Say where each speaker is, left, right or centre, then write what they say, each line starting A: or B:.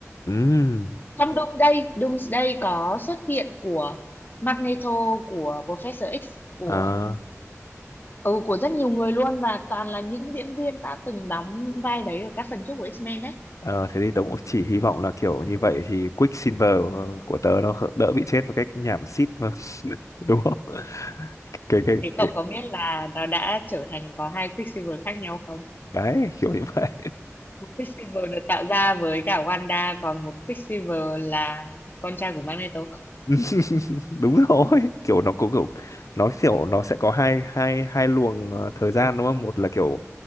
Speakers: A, on the left; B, on the left.
A: ừ
B: Trong Doomsday, Doomsday có xuất hiện của Magneto, của Professor X, của
A: Ờ.
B: ừ, của rất nhiều người luôn và toàn là những diễn viên đã từng đóng những vai đấy ở các phần trước của X-Men đấy.
A: Ờ, thế thì tớ cũng chỉ hy vọng là kiểu như vậy thì Quicksilver ờ, của tớ nó khỡ- đỡ bị chết một cách nhảm xít mà. <laughs> Đúng không? Cái cái
B: Thế
A: cái
B: cậu có biết là nó đã trở thành có hai Quicksilver khác nhau không?
A: đấy kiểu như vậy.
B: Một Quicksilver được tạo ra với cả Wanda, còn một Quicksilver là con trai của Magneto.
A: <laughs> Đúng rồi, kiểu nó có kiểu nó kiểu nó sẽ có hai hai hai luồng ờ, thời gian đúng không? Một là kiểu